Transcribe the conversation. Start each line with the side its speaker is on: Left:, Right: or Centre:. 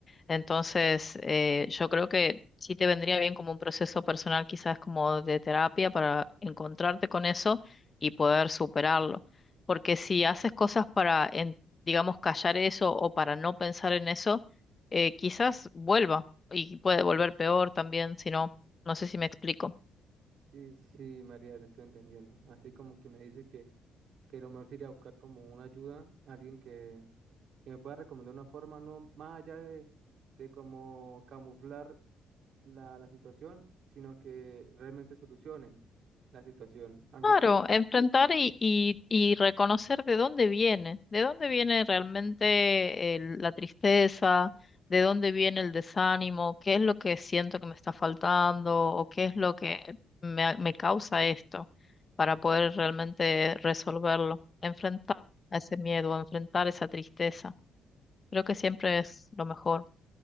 Left: Entonces, eh, yo creo que sí te vendría bien como un proceso personal, quizás como de terapia, para encontrarte con eso y poder superarlo. Porque si haces cosas para, en- digamos, callar eso o para no pensar en eso, eh, quizás vuelva y puede volver peor también, si no, no sé si me explico.
Right: si, si María te estoy entendiendo. Así como que me dice que, que lo mejor sería buscar como una ayuda, alguien que, que me pueda recomendar una forma, no más allá de, de como camuflar. la, la situación, sino que realmente solucione la situación. Algo
Left: Claro,
Right: que,
Left: enfrentar y, y, y reconocer de dónde viene, de dónde viene realmente el- la tristeza, de dónde viene el desánimo, qué es lo que siento que me está faltando o qué es lo que me, me causa esto para poder realmente resolverlo, enfrentar a ese miedo, enfrentar esa tristeza. Creo que siempre es lo mejor